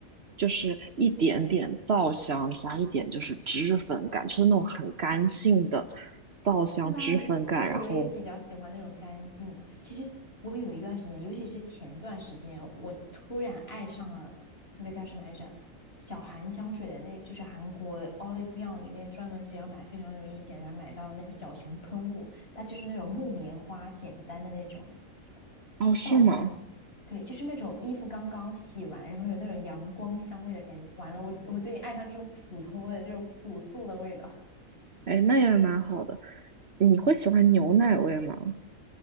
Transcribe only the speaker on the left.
对吧？你就是我也比较喜欢那种干净的。
其实我有一段时间，尤其是前段时间，我突然爱上了那个叫什么来着，小韩香水的那，就是韩国 Olive Young 里面专门只要买非常容易简单买到那个小熊喷雾，它就是那种木棉花简单的那种
皂香，对，就是那种衣服刚刚洗完，然后有那种阳光香味的感觉。完了，我我最近爱上这种普通的这种朴素的味道。